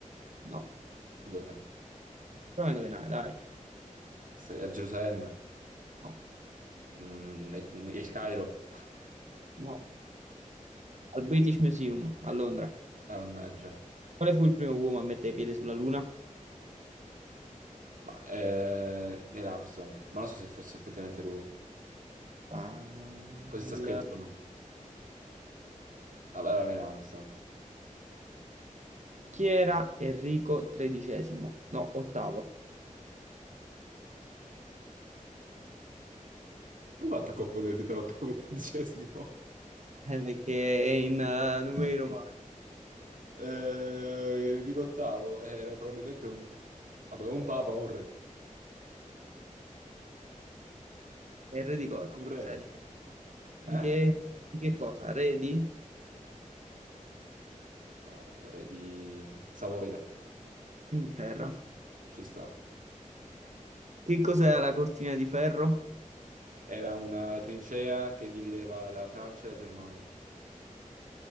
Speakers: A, on the right; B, on the right.
A: No,
B: dov'è?
A: prova a indovinare, dai.
B: Se- A Gerusalemme,
A: No,
B: Mm, e- e il Cairo.
A: no, al British Museum a Londra.
B: <laughs> Mannaggia.
A: Quale fu il primo uomo a mettere piede sulla Luna?
B: Ma, eh, Neil Armstrong, ma non so se fosse effettivamente lui.
A: Ah,
B: Così sta
A: il...
B: scritto. però. Vabbè, allora Neil Armstrong.
A: Chi era Enrico XIII? No, ottavo. <laughs>
B: Come hai fatto a confonderti tra ottavo e tredicesimo?
A: Eh, perché è in eh, numeri romani.
B: Eh, dico ottavo, ero probabilmente un... Vabbè, un papa, un re.
A: È il re di cosa?
B: Un re.
A: Cioè, di, di
B: Eh?
A: che, di che cosa? Re di
B: Dico ottavo, re di Savoia,
A: Inghilterra.
B: ci sta.
A: Che cos'era la cortina di ferro?
B: Era una trincea che divideva la Francia e la Germania.